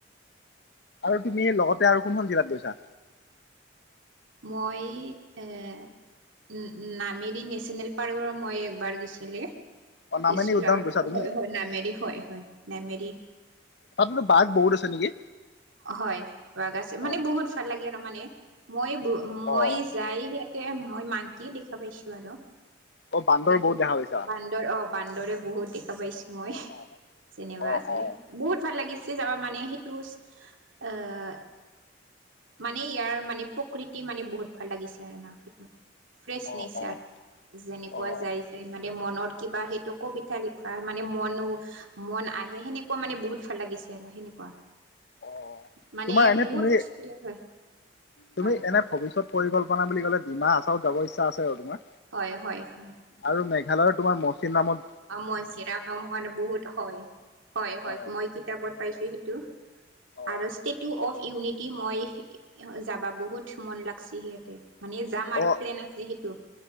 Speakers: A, on the right (about 85°); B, on the left (about 60°).
A: হয়
B: আৰু তুমি লগতে আৰু কোনখন জিলাত গৈছা?
A: মই এ উম', উম'। নামেৰি নেশ্যনেল পাৰ্কৰ মই একবাৰ গৈছিলি।
B: অ'
A: গিছিলোঁ
B: নামেনি উদ্যান
A: আগতে
B: গৈছা তুমি
A: হয়, হয়। নামেৰি হয়, হয়, নেমেৰি।
B: তাতেটো বাঘ বহুত আছে নেকি?
A: হয়, বাঘ আছে, মানে
B: অ'।
A: বহুত ভাল লাগে আৰু মানে। মই ব' মই
B: অ',
A: যায় ইয়াতে মই মাংকী দেখা পাইছোঁ আৰু।
B: অ', বান্দৰ
A: সেইটো
B: বহুত দেখা পাইছা?
A: বান্দৰ অহ, বান্দৰে বহুত দেখা পাইছোঁ মই।
B: অ', অ'।
A: যেনেবা
B: অ',
A: আছে
B: অ',
A: বহুত ভাল লাগিছে জাগা মানে সেইটো অহ মানে ইয়াৰ মানে প্ৰকৃতি মানে বহুত ভাল লাগিছে আৰু না সেইটো। ফ্ৰেছ
B: অ',
A: নেচাৰ
B: অ',
A: যেনেকুৱা
B: অ',
A: যায় যায় মানে মনত কিবা সেইটো কবিতা লিখা মানে মনো মন আহে সেনেকুৱা মানে বহুত ভাল লাগিছে আৰু সেনে সেনেকুৱা
B: অ'।
A: মানে
B: তোমাৰ এনে
A: বহুত
B: তুমি
A: <unintelligible> হয়।
B: তুমি
A: হয়
B: এনেই
A: হয়
B: ভৱিষ্যত পৰিকল্পনা বুলি ক'লে ডিমা আচাও যাব ইচ্ছা আছৈ আৰু তোমাৰ।
A: হয় হয় হয়
B: আৰু মেঘালয়ৰ তোমাৰ মচিৰ নামত
A: মচিৰামান বহুত হয়, হয়, হয়।
B: অ'।
A: মই কিতাপত পাইছোঁ সেইটো।
B: অ',
A: আৰু ষ্টেটু অফ ইউনিটি মই যাবা বহুত মন লাগছি সিয়াতে। মানে যাম আৰু
B: অ',
A: প্লেন আছে সেইটো,